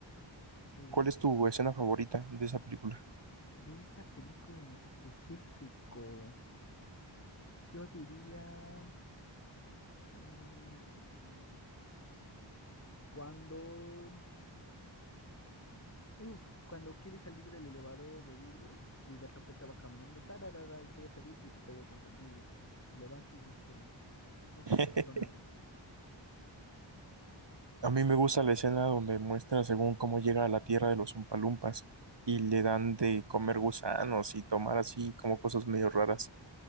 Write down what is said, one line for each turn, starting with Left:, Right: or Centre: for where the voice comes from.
Left: Eh,
Right: ¿Cuál es tu escena favorita de esa película?
Left: De esa película en específico, yo diría mm, cuando, uf, cuando quiere salir del elevador de vidrio y de repente va caminando, tararara, y quiere salir y se pega contra el vidrio. Se levanta y dice, aquí
Right: <laughs>
Left: no pasó nada.
Right: A mí me gusta la escena donde muestra según cómo llega a la tierra de los Umpalumpas y le dan de comer gusanos y tomar así como cosas medio raras.